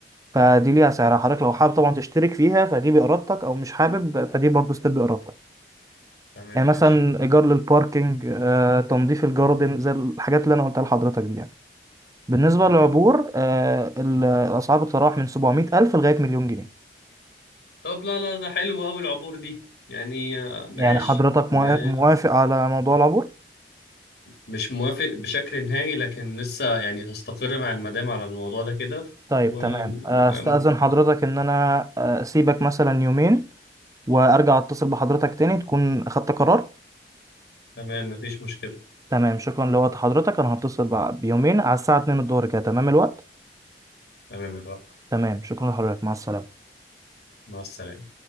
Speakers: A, on the right; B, on the left.
A: فدي ليها سعرها حضرتك لو حابب طبعا تشترك فيها فدي بإرادتك أو مش حابب فدي برضه ستيب بإرادتك
B: تمام
A: يعني مثلا
B: ماشي
A: ايجار للباركينج آه، تنظيف الجاردن زي الحاجات اللي انا قلتها لحضرتك دي يعني بالنسبه
B: تمام
A: للعبور آه، ال- الاسعار بتتراوح من 700 الف لغايه مليون جنيه
B: طب لا لا ده حلو قوي العبور دي يعني آه ماشي
A: يعني حضرتك
B: ماشي
A: موا- موافق على موضوع العبور
B: مش موافق بشكل نهائي لكن لسه يعني هستقر مع المدام على الموضوع ده كده
A: طيب
B: و...
A: تمام
B: و-
A: آه، استاذن حضرتك ان انا آه، اسيبك مثلا يومين وارجع اتصل بحضرتك تاني تكون اخدت قرار
B: تمام مفيش مشكلة
A: تمام شكرا لوقت حضرتك انا هتصل بع- بيومين على الساعه 2 الظهر كده تمام الوقت
B: تمام يا بقى
A: تمام شكرا لحضرتك مع السلامه
B: مع السلامة